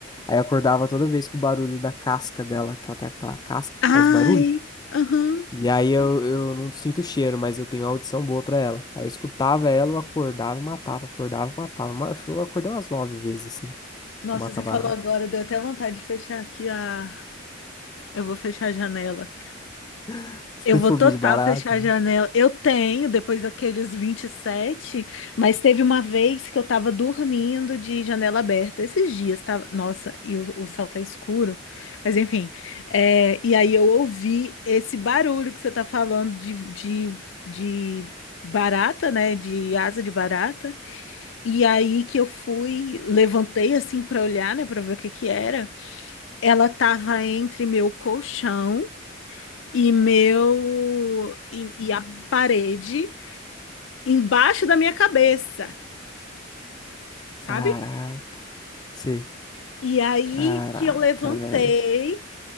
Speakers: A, on the left; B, on the left.
A: Aí eu acordava toda vez com o barulho da casca dela, que ela tem aquela casca
B: Ai.
A: que faz barulho.
B: Aham.
A: E aí eu, eu não sinto o cheiro, mas eu tenho audição boa pra ela. Aí eu escutava ela, eu acordava e matava, acordava e matava. Ma- Eu acordei umas nove vezes, assim,
B: Nossa,
A: pra matar
B: você
A: barata.
B: falou agora, deu até vontade de fechar aqui a. Eu vou fechar a janela.
A: <laughs> Você
B: Eu
A: tem
B: vou
A: fobia
B: total
A: de barata?
B: fechar
A: né?
B: a janela. Eu tenho, depois daqueles 27, mas teve uma vez que eu tava dormindo de janela aberta. Esses dias tava. Nossa, e o, o céu tá escuro. Mas enfim. é, e aí eu ouvi esse barulho que você tá falando de, de, de barata, né? De asa de barata. E aí que eu fui, levantei assim pra olhar, né? Pra ver o que que era. Ela tava entre meu colchão e meu e, e a parede embaixo da minha cabeça, sabe?
A: Caraca. Sim.
B: E aí
A: Caraca,
B: que eu levantei,
A: velho.